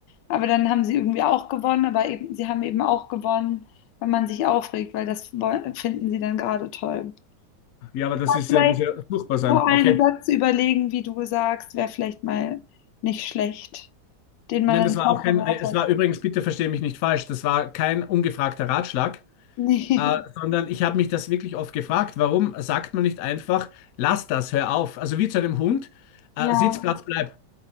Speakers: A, on the left (about 80°); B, on the left (about 65°).
A: Aber dann haben sie irgendwie auch gewonnen, aber eben, sie haben eben auch gewonnen, wenn man sich aufregt, weil das woll- finden sie dann gerade toll.
B: Ja, aber das ist
A: Vielleicht
B: ja, muss ja furchtbar sein.
A: so einen
B: Okay.
A: Satz überlegen, wie du sagst, wäre vielleicht mal nicht schlecht, den man
B: Nein,
A: dann
B: das war
A: mal
B: auch kein,
A: parat
B: äh, es
A: hat.
B: war übrigens, bitte verstehe mich nicht falsch, das war kein ungefragter Ratschlag.
A: Nee.
B: Äh, sondern ich habe mich das wirklich oft gefragt, warum sagt man nicht einfach, lass das, hör auf. Also wie zu einem Hund, äh,
A: Ja.
B: Sitzplatz bleib.